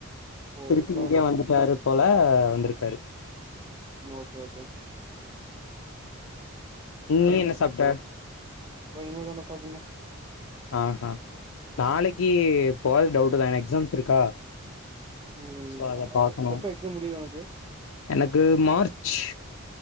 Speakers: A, on the right; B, on the left.
A: ஓ
B: திருப்பி
A: இப்ப
B: இங்கேயே
A: இப்ப
B: வந்துட்டாரு போல வந்துருக்காரு
A: மா ஓகே ஓகே
B: நீ என்ன சாப்ட்ட
A: நா இனிமே தாண்டா சாப்புட்ணு
B: ஆஹ நாளைக்கி போறது டவுட்டுதா ஏனா எக்ஸாம்ஸ் இருக்கா
A: ம்
B: சோ அத பாக்கணு
A: எப்ப எக்ஸாம் முடியு ஒனக்கு
B: எனக்கு மார்ச்சு